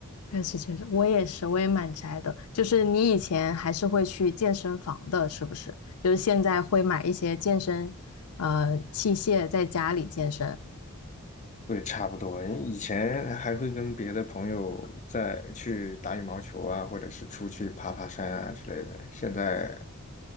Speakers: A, on the left; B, on the left.
A: 确实确实，我也是，我也蛮宅的。就是你以前还是会去健身房的，是不是？就是现在会买一些健身呃器械在家里健身。
B: 对，差不多。以前还会跟别的朋友再去打羽毛球啊，或者是出去爬爬山啊之类的。现在，